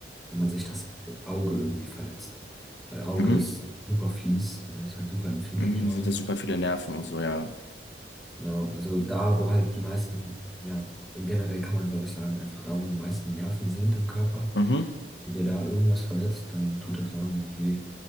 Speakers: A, in the centre; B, on the left.
A: wenn man sich das Auge irgendwie verletzt. Weil Auge
B: Mhm.
A: ist super fies, äh, ist halt super empfindlich
B: Mhm.
A: auch.
B: Sind da super viele Nerven und so, ja.
A: Genau, also da, wo halt die meisten, ja, generell kann man, glaube ich, sagen, einfach da, wo die meisten Nerven sind im Körper,
B: Mhm.
A: wenn dir da irgendwas verletzt, dann tut das wahnsinnig weh.